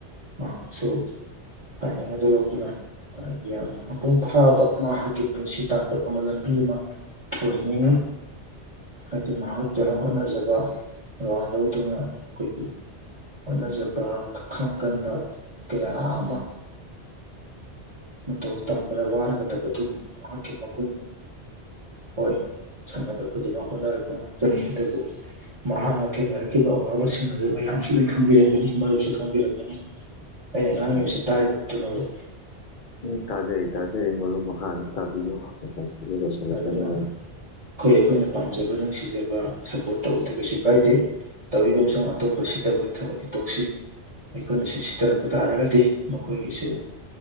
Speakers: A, on the right; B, on the left.
A: ꯃꯍꯥꯛꯁꯨ ꯍꯥꯏꯅꯤꯡ ꯑꯗꯨ ꯂꯧꯗꯨꯅ ꯌꯥꯝꯅ ꯃꯄꯨꯡ ꯐꯥꯕ ꯃꯍꯥꯛꯀꯤ ꯄꯨꯟꯁꯤ ꯇꯥꯡꯀꯠ ꯑꯃ ꯂꯝꯕꯤ ꯑꯃ ꯑꯣꯏꯍꯟꯅꯤꯡꯢ ꯍꯥꯏꯗꯤ ꯃꯍꯥꯛꯇꯧꯅ ꯍꯣꯠꯅꯖꯕ <unintelligible> ꯗꯨꯅ ꯑꯩꯈꯣꯏꯒꯤ ꯍꯣꯠꯅꯖꯕ ꯈꯈꯥꯡ ꯀꯟꯕ ꯀꯌꯥ ꯑꯃ ꯃꯇꯧ ꯇꯝꯕꯗ ꯋꯥꯔꯒꯗꯕ ꯑꯗꯨꯒꯨꯝꯕ ꯃꯍꯥꯛꯀꯤ ꯃꯒꯨꯟꯅꯤ ꯍꯣꯏ ꯁꯥꯟꯅꯔꯣꯏ ꯈꯨꯗꯤꯡꯃꯛ ꯍꯣꯠꯅꯔꯛꯄ ꯉꯥꯛꯇꯅꯤ ꯑꯗꯨꯕꯨ ꯃꯍꯥꯛꯅ ꯊꯦꯡꯅꯔꯛꯈꯤꯕ ꯑꯋꯥꯕꯁꯤꯡ ꯑꯗꯨ ꯃꯌꯥꯝꯁꯨ ꯂꯣꯏ ꯈꯪꯕꯤꯔꯝꯒꯅꯤ ꯃꯔꯨꯞꯁꯨ ꯈꯪꯕꯤꯔꯝꯒꯅꯤ ꯑꯩꯅ
B: ꯎꯝ
A: ꯉꯥꯡꯉꯤꯕꯁꯤ ꯇꯥꯔꯤꯕ ꯅꯠꯇ꯭ꯔꯣ ꯃꯔꯨꯞ
B: ꯎꯝ ꯇꯥꯖꯔꯤ ꯇꯥꯖꯔꯤ ꯃꯔꯨꯞ ꯃꯈꯥ ꯑꯗꯨꯝ ꯇꯥꯕꯤꯌꯨ ꯃꯇꯝꯁꯤꯁꯨ ꯂꯣꯏꯁꯤꯜꯂꯛꯀꯗꯧꯔꯦ
A: ꯑꯗꯨꯅ ꯑꯩꯈꯣꯏ ꯑꯩꯈꯣꯏꯅ ꯄꯥꯝꯖꯕ ꯅꯨꯡꯁꯤꯖꯕ ꯁꯄꯣꯔꯠ ꯇꯧꯕꯗ ꯀꯩꯁꯨ ꯀꯥꯏꯗꯦ ꯇꯧꯏꯒꯨꯝꯁꯨꯡ ꯑꯇꯣꯞꯄ ꯁꯤꯗꯕꯒꯤ ꯊꯕꯛꯇꯤ ꯇꯣꯛꯁꯤ ꯑꯩꯈꯣꯏꯅꯁꯨ ꯁꯤꯊꯔꯛꯄ ꯇꯥꯔꯒꯗꯤ ꯃꯈꯣꯏꯒꯤꯁꯨ